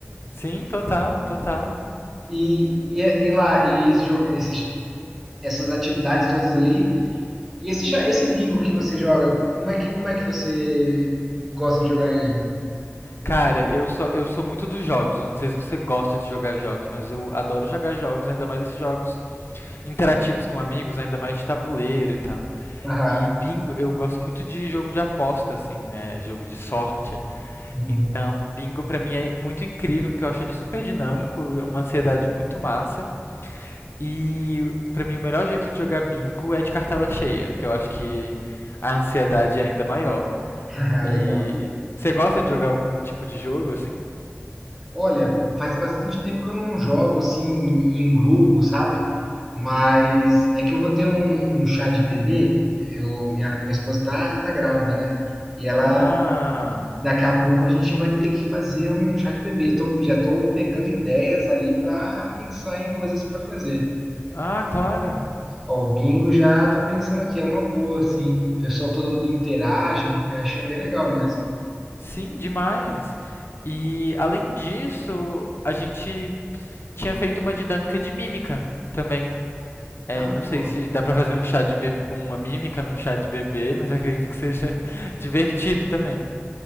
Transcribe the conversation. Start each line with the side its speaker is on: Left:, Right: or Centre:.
Left: sim, total, total.
Centre: E, e, é- e lá, e esse jo- esses, essas atividades todas ali, e esse, cha- esse bingo que você joga, como é que, como é que você gosta de jogar ele?
Left: Cara, eu só eu sou muito dos jogos. Eu não sei se você gosta de jogar jogos, mas eu adoro jogar jogos, ainda mais esses jogos interativos com amigos, ainda mais de tabuleiro e tal.
Centre: Aham.
Left: E bingo, eu gosto muito de jogo de aposta, assim, né? Jogo de sorte.
Centre: Uhum.
Left: Então, bingo pra mim é muito incrível, porque eu acho ele super dinâmico, uma ansiedade muito massa. E pra mim o melhor jeito de jogar bingo é de cartela cheia, porque eu acho que a ansiedade é ainda maior.
Centre: <laughs> Ah,
Left: E
Centre: legal.
Left: você gosta de jogar algum tipo de jogo assim?
Centre: Olha, faz bastante tempo que eu não jogo assim em grupo, sabe? Mas é que eu vou ter um, um chá de bebê. Eu, minha, minha esposa tá, tá grávida, né? E ela,
Left: Ah,
Centre: daqui a pouco a gente vai ter que fazer um chá de bebê. Tô- já tô pegando ideias ali para pensar em coisas para fazer.
Left: ah, claro.
Centre: Ó, o bingo já tô pensando aqui, é uma boa, assim. O Pessoal, todo mundo interage, achei bem legal mesmo.
Left: Sim, demais. E além disso, a gente tinha feito uma dinâmica de mímica também. É,
Centre: Ah,
Left: não sei
Centre: boa.
Left: se dá pra fazer um chá de bebê, uma mímica num chá de bebê, mas acredito que seja <laughs> divertido também.